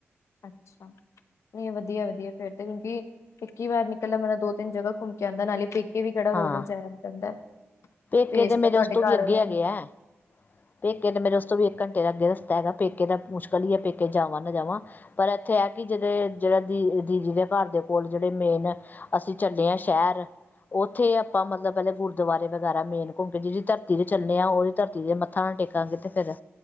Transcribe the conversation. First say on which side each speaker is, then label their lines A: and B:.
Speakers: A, on the left (about 80°); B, on the left (about 40°).
A: ਅੱਛਾ ਨਹੀਂ ਵਧੀਆ ਵਧੀਆ ਫੇਰ ਤੇ ਕਿਉਂਕਿ ਇੱਕੀ ਵਾਰ ਨਿਕਲਦਾ ਮਤਲਬ ਦੋ ਤਿੰਨ ਜਗਾ ਘੁੰਮ ਕੇ ਆਉਂਦਾ ਨਾਲੇ ਕੇ ਵੀ ਕਿਹੜਾ ਰੋ
B: ਹਾਂ
A: ਰੋ ਜਾਇਆ ਜਾਂਦਾ
B: ਪੇਕੇ
A: ਭੇਜਤਾ
B: ਤੇ ਮੇਰੇ
A: ਤੁਹਾਡੇ
B: ਉਸ ਤੋਂ ਵੀ
A: ਘਰ
B: ਅੱਗੇ
A: ਵਾਲੇ
B: ਹੈਗੇ
A: ਨੇ
B: ਹੈ ਪੇਕੇ ਤਾਂ ਮੇਰੇ ਉਸਤ ਤੋਂ ਵੀ ਇੱਕ ਘੰਟੇ ਲੱਗਗੇ ਰਸਤਾ ਹੈਗਾ ਪੇਕੇ ਤਾਂ ਮੁਸ਼ਕਲ ਹੀ ਹੈ ਪੇਕੇ ਜਾਵਾਂ ਨਾ ਜਾਵਾਂ ਪਰ ਇੱਥੇ ਹੈ ਕਿ ਜਿਹੜੇ ਜਿਹੜਾ ਦੀ ਦੀਦੀ ਦੇ ਘਰ ਦੇ ਕੋਲ ਜਿਹੜੇ ਮੇਨ ਅਸੀਂ ਚੱਲੇ ਹਾਂ ਸ਼ਹਿਰ ਉੱਥੇ ਆਪਾਂ ਮਤਲਬ ਪਹਿਲੇ ਗੁਰਦੁਆਰੇ ਵਗੈਰਾ ਮੇਨ ਘੁੰਮ ਕੇ ਜਿਹੜੀ ਧਰਤੀ ਦੇ ਚੱਲੇ ਹਾਂ ਉਹਦੀ ਧਰਤੀ ਦੇ ਥਾਂ ਟੇਕਾਂਗੇ ਤੇ ਫੇਰ